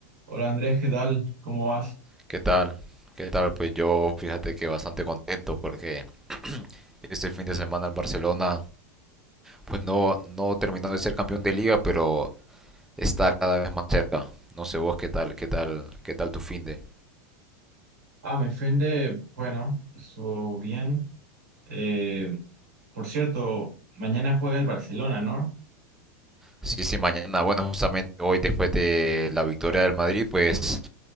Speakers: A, on the right (about 75°); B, in the centre.
A: Hola Andrés, ¿qué tal? ¿Cómo vas?
B: ¿Qué tal? ¿Qué tal? Pues yo fíjate que bastante contento porque este fin de semana el Barcelona pues no, no terminó de ser campeón de liga, pero está cada vez más cerca. No sé vos qué tal, qué tal, qué tal tu fin de.
A: Ah, me ofende, bueno, eso bien. Eh, por cierto, mañana juega el Barcelona, ¿no?
B: Sí, sí, mañana, bueno, justamente hoy después de la victoria del Madrid, pues